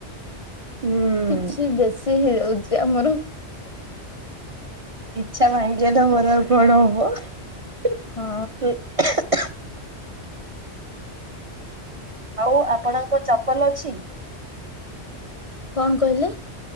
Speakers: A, on the right; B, on the left.
A: ହୁଁ
B: କିଛି ବେଶୀ ହେଇଯାଉଚି ଆମର।
A: ଇଛା ଭାଙ୍ଗିଗଲେ ମୋର ଆଉ କଣ ହବ। <unintelligible>
B: ହଁ
A: ଆଉ ଆପଣଙ୍କ ଚପଲ ଅଛି?
B: କଣ କହିଲେ?